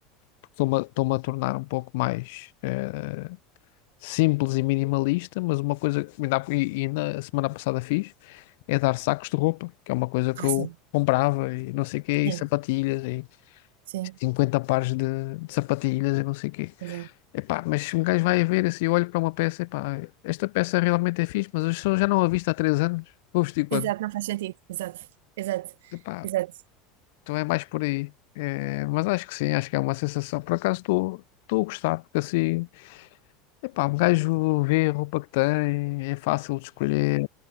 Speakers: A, on the left (about 75°); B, on the right (about 80°).
A: porque estou-me a, estou-me a tornar um pouco mais eh, simples e minimalista, mas uma coisa que ainda, há- e, e na semana passada fiz é dar sacos de roupa, que é uma coisa que
B: Ah,
A: eu
B: sim.
A: comprava e não sei o quê,
B: Sim.
A: e sapatilhas, e
B: Sim.
A: 50 pares de, de sapatilhas e não sei o quê.
B: Pois é.
A: Epá, mas se um gajo vai a ver assim, eu olho para uma peça, epá, esta peça realmente é fixe, mas eu só já não a visto há três anos, vou vestir quando?
B: Exato, não faz sentido. Exato. Exato.
A: Epá,
B: Exato.
A: Então é mais por aí. É, mas acho que sim, acho que é uma sensação. Por acaso estou estou a gostar, porque assim, epá, um gajo vê a roupa que tem, é fácil de escolher.